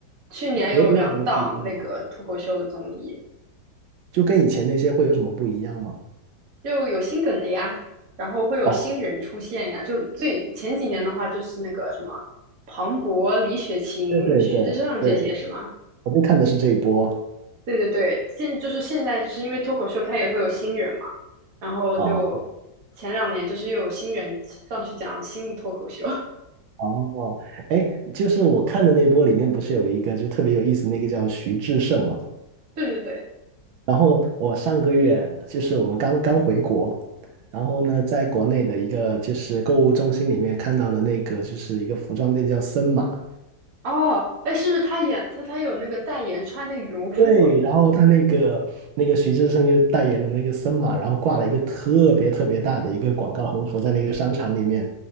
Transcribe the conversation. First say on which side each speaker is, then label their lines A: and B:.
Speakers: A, on the right (about 50°); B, on the right (about 85°).
A: 去年有两档那个脱口秀的综艺，
B: 有有什么不一样吗？就跟以前那些会有什么不一样吗？
A: 就有新梗的呀，然后会有新人出现呀。
B: 哦，
A: 就最前几年的话，就是那个什么庞博、李雪琴、
B: 对对对对，
A: 徐志胜这些是吗？
B: 我就看的是这一波
A: 对对对，现就是现在，就是因为脱口秀它也会有新人嘛，然后就前两年就是又有新人上去讲新的脱口秀。
B: 啊，
A: <laughs>
B: 哦，哎，就是我看的那波里面不是有一个就特别有意思，那个叫徐志胜嘛。
A: 对对对，
B: 然后我上个月就是我们刚刚回国，然后呢，在国内的一个就是购物中心里面看到了那个就是一个服装店叫森马，
A: 哦，哎，是不是他演他他有那个代言穿那个羽绒服？
B: 对，然后他那个那个徐志胜就代言了那个森马，然后挂了一个特别特别大的一个广告横幅在那个商场里面，